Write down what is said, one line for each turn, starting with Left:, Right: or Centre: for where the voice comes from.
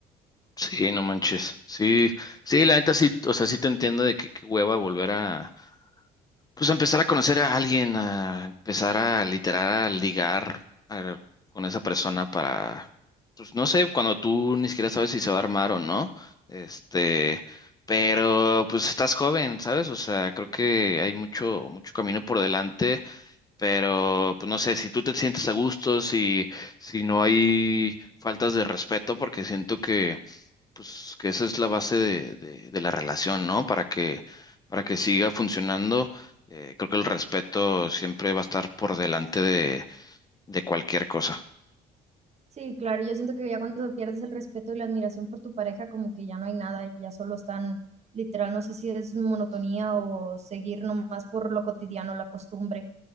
Left: Sí, no manches. Sí, sí, la neta sí, o sea, sí te entiendo de que qué hueva volver a, Pues a empezar a conocer a alguien, a empezar a literar, a ligar a- con esa persona para, pues no sé, cuando tú ni siquiera sabes si se va a armar o no, este, pero pues estás joven, ¿sabes? O sea, creo que hay mucho, mucho camino por delante, pero pues no sé, si tú te sientes a gusto, si, si no hay faltas de respeto, porque siento que pues que esa es la base de, de- de la relación, ¿no? Para que, para que siga funcionando, eh, creo que el respeto siempre va a estar por delante de, de cualquier cosa.
Right: Sí, claro, yo siento que ya cuando pierdes el respeto y la admiración por tu pareja, como que ya no hay nada, ya solo están, literal, no sé si es monotonía o seguir nomás por lo cotidiano, la costumbre,